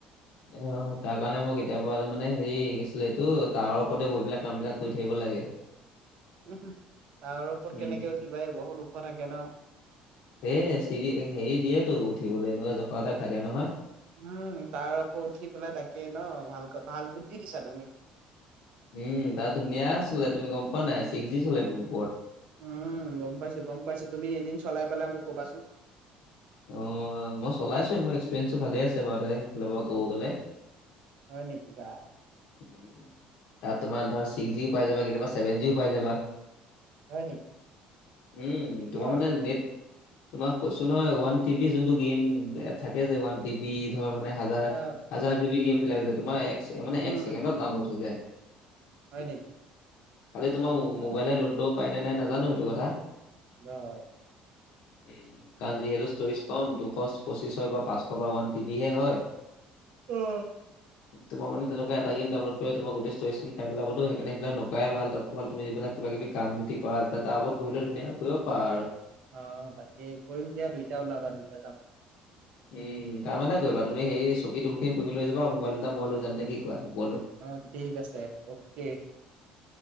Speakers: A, on the left (about 65°); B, on the right (about 55°).
A: অ তাৰ কাৰণে মোক কেতিয়াবা মানে হেৰি গৈছিলে এইটো তাৱাৰ ওপৰতে গৈ পেলাই কাম বিলাক কৰি থাকিব লাগে।
B: তাৱাৰ ওপৰত
A: উম
B: কেনেকে উঠিবা এই বহুত ওখ থাকে ন
A: এ চিৰি হেৰি দিয়েতো উঠিবলে এনেকুৱা জখা তাত থাকে নহয়
B: উম তাৱাৰ ওপৰত উঠি পেলাই তাকেই ন ভালক ভাল বুদ্ধি দিছা তুমি
A: উম তাত ধুনীয়া চলে তুমি গম পোৱা নাই ছিক্স জি চলে ওপৰত।
B: উম গম পাইছো গম পাইছো তুমি এদিন চলাই পেলাই মোক কবাচোন।
A: অ মই চলাইছোৱেই মোৰ এক্সপিৰিয়েঞ্চটো ভালে আছে বাৰু সেইফালৰ পৰা ক'ব গ'লে।
B: হয় নেকিবা
A: উ তাত তোমাৰ ধৰা ছিক্স জিও পাই যাবা কেতিয়াবা ছেভেন জিও পাই যাবা
B: হয় নেকি
A: উম
B: ঠিকে
A: তোমাৰ
B: আছে
A: মানে নেট তোমাক কৈছো নহয় ওৱান টিভি যোনটো গেম থাকে যে ওৱান টিবি ধৰ মানে হাজাৰ
B: অ
A: হাজাৰ জিবি গেম বিলাক তোমাৰ এক চেকে মানে
B: উম
A: এক ছেকেণ্ডত ডাউনলোড হৈ যায়
B: হয় নেকি
A: খালি তোমাৰ
B: অ
A: মোবাইলে লোড পায়নে নাই নাজানো সেইটো কথা
B: ন
A: <unintelligible> উম কাৰণ যিহেতু ষ্টৰেজ কম দুশ পচিশ হয় বা পাঁচশ বা ওৱান টি বি হে হয়
B: অ
A: তোমাৰ মানে তেনেকোৱাত এটা গেম ডাউনলোড কৰি তোমাৰ ষ্টৰিচখিনি খাই পেলাবটো সেইকাৰণে সেইবিলাক নকৰাই তাতকৈ ভাল তুমি যিবিলাক কিবা কিব কাম যদি কৰা ত তাৰ ওপত বহিলে ধুনীয়াকৈ কৰিব পাৰা আৰু
B: অ বাকি কৰিম দিয়া দুইটাই ওলাবা দুইটা যাম
A: উম কাম এটা কৰিবা তুমি সেই চকী তুলখিন তুমি লৈ যাবা মোবাইল দুটা মই লৈ যাম নে কি কোৱা ওপৰলে
B: অ ঠিক আছে অকে